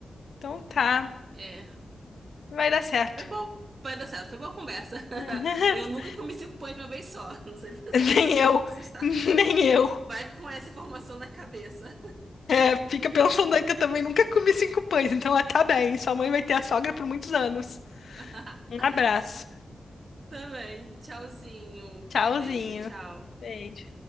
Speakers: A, on the left; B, on the right.
A: Então tá,
B: É,
A: vai dar certo.
B: foi bom, vai dar certo, foi boa conversa.
A: <laughs>
B: <laughs> Eu nunca comi cinco pães de uma vez só, <laughs> não sei você,
A: Nem
B: então fiquei
A: eu,
B: um pouco assustada.
A: nem eu.
B: Vai com essa informação na cabeça.
A: É, fica pensando aí que eu também nunca comi cinco pães, então ela tá bem. Sua mãe vai ter a sogra por muitos anos.
B: <laughs>
A: Um abraço.
B: Também, tchauzinho.
A: Tchauzinho.
B: Beijo, tchau.
A: Beijo.